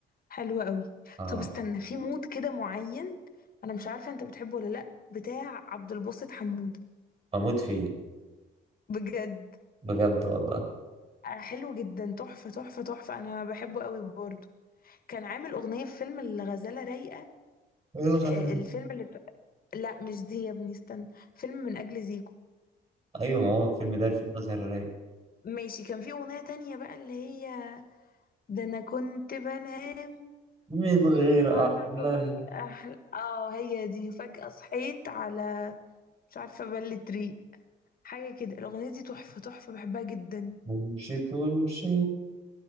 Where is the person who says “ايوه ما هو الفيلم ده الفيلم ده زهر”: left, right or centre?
Right